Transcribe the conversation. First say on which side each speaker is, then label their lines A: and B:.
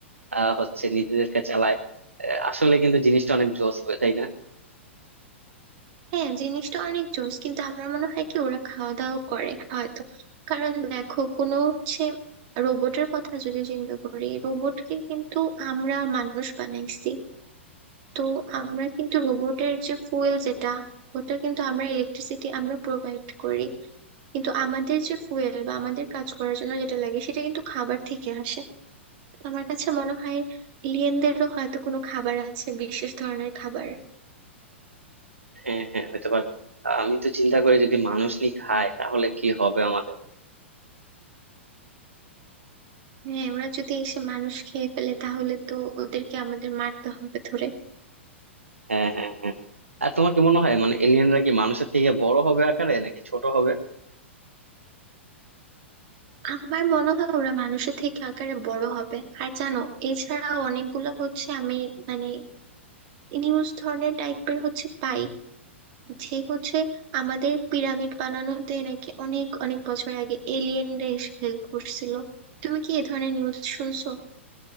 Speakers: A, on the right (about 85°); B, on the right (about 45°).
A: আহ হচ্ছে নিজেদেরকে চালায় আহ, আসলে কিন্তু জিনিসটা অনেক জোস হবে তাই না
B: হ্যাঁ জিনিসটা অনেক জোস কিন্তু আমার মনে হয় কি ওরা খাওয়া দাওয়া করে হয়তো কারণ দেখো কোনো হচ্ছে রোবটের কথা যদি চিন্তা করি রোবটকে কিন্তু আমরা মানুষ বানাইছি তো আমরা কিন্তু রোবটের যে ফুয়েল যেটা ওটা কিন্তু আমরা ইলেকট্রিসিটি আমরা প্রোভাইড করি কিন্তু আমাদের যে ফুয়েল বা আমাদের কাজ করার জন্য যেটা লাগে সেটা কিন্তু খাবার থেকে আসে তো আমার কাছে মনে হয় এলিয়েনদেরও হয়তো কোনো খাবার আছে বিশেষ ধরনের খাবার
A: হ্যাঁ হ্যাঁ হতে পারে আহ, আমি তো চিন্তা করি যদি মানুষ নি খায় তাহলে কি হবে আমাদের
B: হ্যাঁ ওরা যদি এসে মানুষ খেয়ে ফেলে তাহলে তো ওদেরকে আমাদের মারতে হবে ধরে
A: হ্যাঁ হ্যাঁ হ্যাঁ আর তোমার কি মনে হয় মানে এলিয়েনরা কি মানুষের থেকে বড় হবে আকারে নাকি ছোট হবে
B: আমার মনে হয় ওরা মানুষের থেকে আকারে বড় হবে আর জানো এছাড়া অনেকগুলো হচ্ছে আমি মানে নিউজ ধরনের টাইপের হচ্ছে পাই যে হচ্ছে আমাদের পিরামিড বানানোতে নাকি অনেক অনেক বছর আগে এলিয়েনরা এসে হেল্প করছিল তুমি কি এ ধরনের নিউজ শুনছো